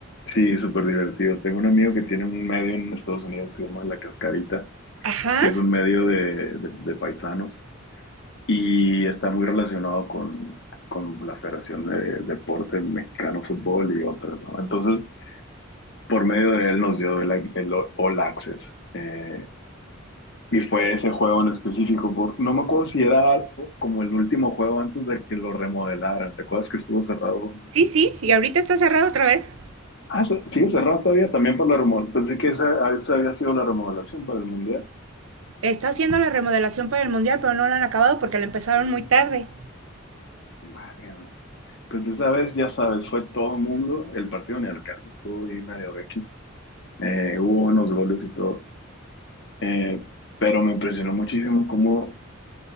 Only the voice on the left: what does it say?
sí, súper divertido. Tengo un amigo que tiene un medio en Estados Unidos que se llama La Cascarita,
que es un medio de, de- de paisanos y está muy relacionado con, con la Federación de Deporte Mexicano Fútbol y otras, ¿no? Entonces, por medio de él nos dio el, el All Access. eh, y fue ese juego en específico, por- no me acuerdo si era como el último juego antes de que lo remodelaran. ¿Te acuerdas que estuvo cerrado
Ah, se- sigue cerrado todavía también por la remodelación. Pensé que esa, ah, esa había sido la remodelación para el Mundial.
Madre mía. Pues esa vez, ya sabes, fue todo el mundo. El partido ni al caso estuvo ahí medio X. Eh, hubo unos goles y todo. Eh, pero me impresionó muchísimo cómo,